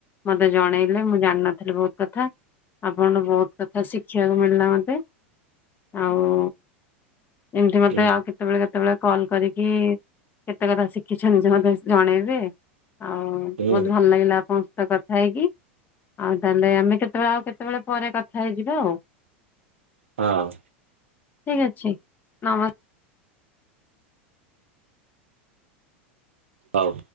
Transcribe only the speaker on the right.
ହୁଁ
ହୁଁ।
ହଁ।
ହଉ।